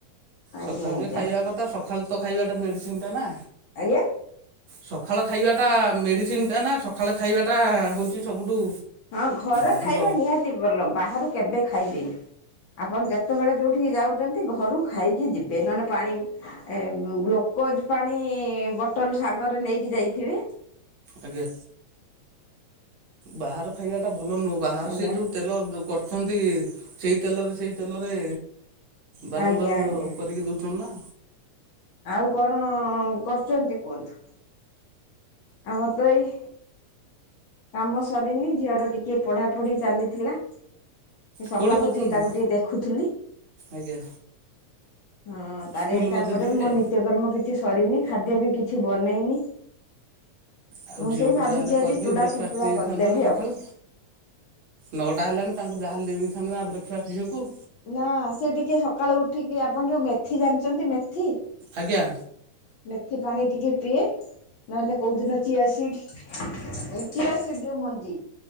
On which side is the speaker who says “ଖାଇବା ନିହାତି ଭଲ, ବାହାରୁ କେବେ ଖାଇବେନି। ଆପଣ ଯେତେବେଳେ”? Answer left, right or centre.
Left